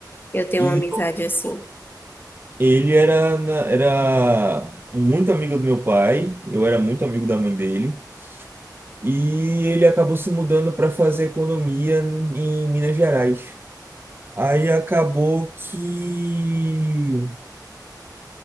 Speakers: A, on the left (about 30°); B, on the right (about 30°).
A: Eu tenho
B: E
A: uma amizade assim.
B: ele era, na- era muito amigo do meu pai, eu era muito amigo da mãe dele. E ele acabou se mudando para fazer economia em Minas Gerais. Aí acabou que.